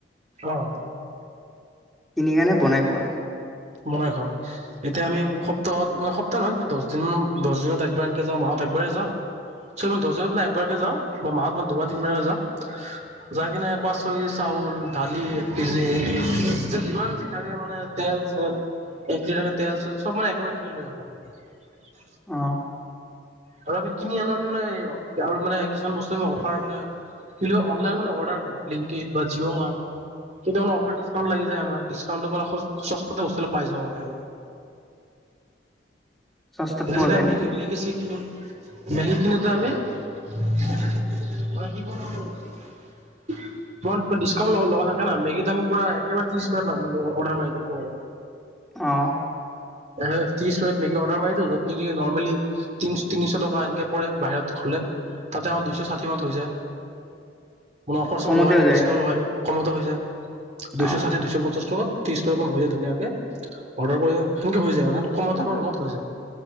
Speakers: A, on the right; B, in the centre.
A: অঁ।
B: কিনি আনি বনাই খোৱা।
A: বনাই খাওঁ, এতিয়া আমি সপ্তাহত মানে সপ্তাহ নহয় দহ দিন মান দহ দিনত একবাৰ এনেকে যাওঁ মাহত একবাৰ যাওঁ ছ ম দহ দিন মানে একবাৰকে যাওঁ বা মাহত মানে দুবাৰ তিনিবাৰকে যাওঁ যাই কিনে পাঁচ ছয় কেজি চাউল দালি এক কেজি যিমান মানে তেল এক লিটাৰ তেল- চল চব মানে একেবাৰে কিনি লোৱা হয়।
B: অঁ।
A: আৰু আমি কিনি আনো আমি মানে আৰু মানে কিছুমান বস্তু অফাৰ মানে কি অনলাইন মানে অগণ বা জিঅ' মাৰ কেইটামানে অফাৰিকাউণ্ট লাগি যায় আমাৰ ডিকাউণ্টটো মানে তাতে বস্তলৈ পাই যা মানে <inaudible>
B: সস্তাত
A: এইটো
B: পোৱা
A: সদায়
B: যায়
A: মেগি
B: নেকি
A: মেগি চেগি কিনে মেগি কিনোতে আমি <unintelligible> ডিছকাউণ্ট ল লগি থাকে না মেগিত আমি পোৰা একেবাৰে ত্ৰিশ পাকেট মান অৰ্ডাৰ মাৰি দিওঁ। একেবাৰে
B: অ'।
A: <unintelligible> প্লেট মেগী অৰ্ডাৰ মাৰি দিওঁ। যত নেকি নৰ্মেলি তিনিশ টকা এনেকে পৰে বাহিৰত খালে। তাতে আমাৰ দুইশ ষাঠি মানত হৈ যায়। মানে অফাৰ-চফাৰ
B: কমতে
A: লগাই দিওঁ,
B: যায়
A: ডিছকাউণ্ট লগাই দিওঁ। কমতে হৈ যায়, দুইশ
B: অ
A: ষাঠি, দুইশ পঞ্চাশ টকাত ত্ৰিছ <unintelligible> হৈ যায় ধুনীয়াকে, অৰ্ডাৰ কৰিলে সেনেকে হৈ যায়, মানে কমতে আৰামত হৈ যায়।